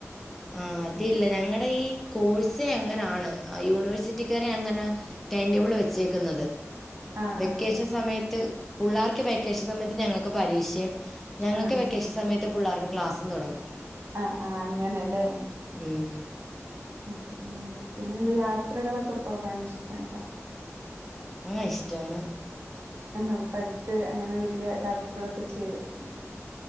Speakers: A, in the centre; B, on the right.
A: ആ അതില്ല ഞങ്ങടെ ഈ കോഴ്സേ അങ്ങനാണ് യൂണിവേഴ്സിറ്റിക്കാരങ്ങനെ ടൈംടബിള് വെച്ചേക്ക്ന്നത്
B: ആഹ്
A: വെക്കേഷം
B: ആഹ്
A: സമയത്ത് പുള്ളാർക്ക് വെക്കേഷം സമയത്ത് ഞങ്ങക്ക് പരീക്ഷിം ഞങ്ങക്ക്
B: ആഹ് ആഹ്
A: വെക്കേഷ സമയത്ത് പുള്ളാർക്ക് ക്ലാസ്സും തൊടങ്ങും
B: ആഹ് ആഹ് അങ്ങനെലേ
A: ഉം
B: അത പിന്നെന്ത് യാത്രകളൊക്ക പോകാൻ ഇഷ്റ്റണ്ടൊ
A: ആഹ് ഇഷ്ടാണ്
B: ആഹ് ഇപ്പടുത്ത് അങ്ങനെ വല്യ യാത്രകളൊക്കെ ചെയ്തിട്ട്ണ്ട്